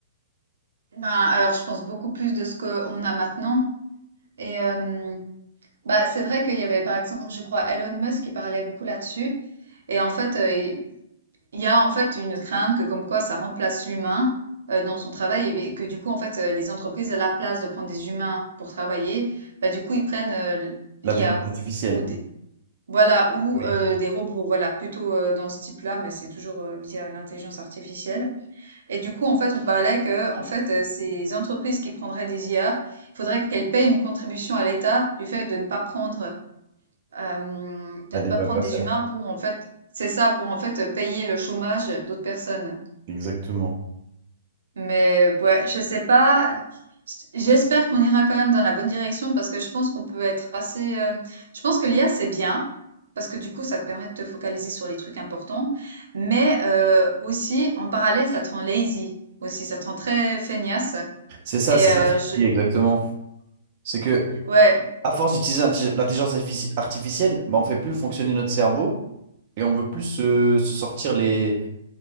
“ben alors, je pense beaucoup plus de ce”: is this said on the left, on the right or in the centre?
Right